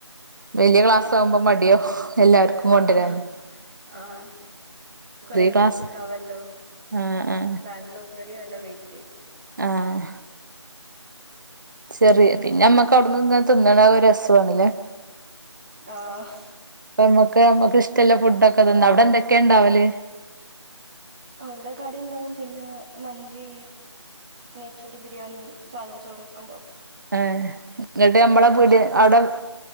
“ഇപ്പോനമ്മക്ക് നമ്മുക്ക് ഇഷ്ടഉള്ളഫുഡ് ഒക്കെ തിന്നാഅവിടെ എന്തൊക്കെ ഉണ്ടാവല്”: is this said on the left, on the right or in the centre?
Right